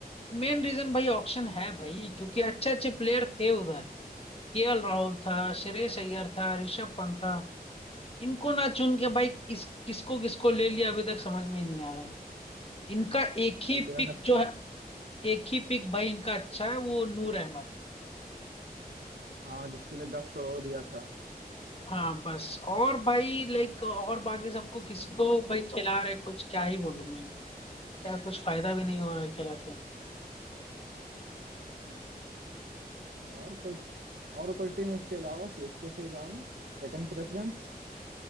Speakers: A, on the left; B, on the right.
A: मेन रीजन भाई ऑक्शन है भाई क्योंकि अच्छे अच्छे प्लेयर थे उधर केएल राहुल था श्रेयस अय्यर था ऋषभ पंत था इनको ना चुन के भाई इस किसको किसको ले लिया अभी तक समझ में ही नहीं आ रहा इनका एक ही
B: लाइक इन्होंने
A: पिक जो है एक ही पिक भाई इनका अच्छा है वो नूर अहमद
B: हाँ जिसके लिए दस करोड़ दिया था
A: हाँ बस और भाई लाइक और बाकी सबको किसको भाई खिला रहे कुछ क्या ही बोलूं मैं क्या कुछ फायदा भी नहीं हो रहा है खिला के
B: हम्म, और कोई और कोई टीम इसके अलावा सीएसके के अलावा सेकंड प्रेफरेंस